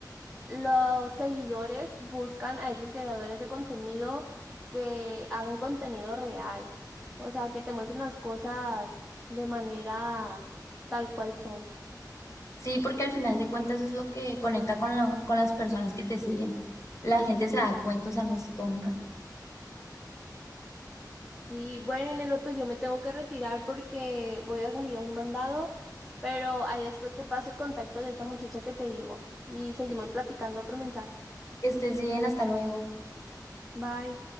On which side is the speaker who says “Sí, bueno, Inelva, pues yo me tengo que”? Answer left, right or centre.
Centre